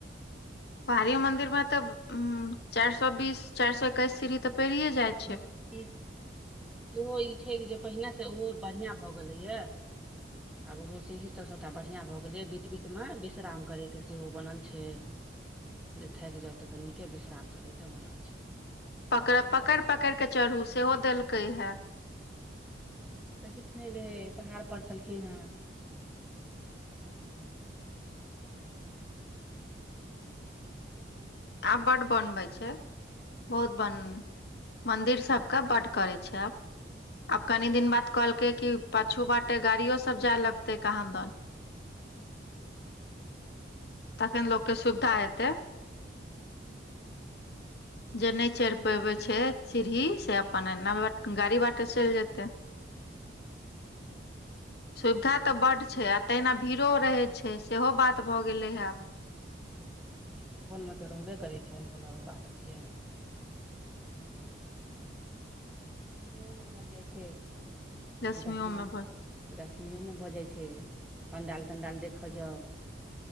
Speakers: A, on the left; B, in the centre.
A: पहाड़ियो मंदिर में तऽ चारि सौ बीस चारि सौ एकैस सीढ़ी ते पेरे जाय छै
B: बहुत सी छै ओहो ई छै जे पहिने से ओहो बढ़िआँ भऽ गेलैया ह <inaudible> ओहो सीड़ी सभ सभटा बढ़िआँ भऽ गेलै बीच बीचमे विश्राम करैके सेहो बनल छै जे थाक जाउ तऽ कनीके विश्राम करे ले बनल छै
A: पकेड़ पकड़ि पकड़िके चढ़ू सेहो देलकै हे
B: तऽ किछु नहि रहै, पहाड़ पर छलखिन हेँ। <inaudible> <inaudible>
A: आब बड़ बनबै छै, बहुत बन। मन्दिर सभके बड्ड करै छै आब। आब कनि दिन बाद कहलखिन कि पाछू बाटे गाड़ी सेहो जाय लगतै, कहाँ दिन।
B: <inaudible>
A: तखन लोकके सुविधा हेतै।
B: <unintelligible>
A: जे नहि चढ़ि पबै छै सीढ़ीसँ, से अपन एना गाड़ी बाटे चलि जेतै।
B: हूँ
A: सुविधा तऽ बड्ड छै आ तहिना भीड़ो रहैत छै, सेहो बात भऽ गेलै हे आब।
B: ई सावनमे तऽ रहबे करै छनि, भोला बाबा के छियनि। दुनिओमे भऽ जाइ छै।
A: दसमियो
B: दशमी
A: मे भ
B: दशमिओमे भऽ जाइ छै, पण्डाल तण्डाल देखय जाउ।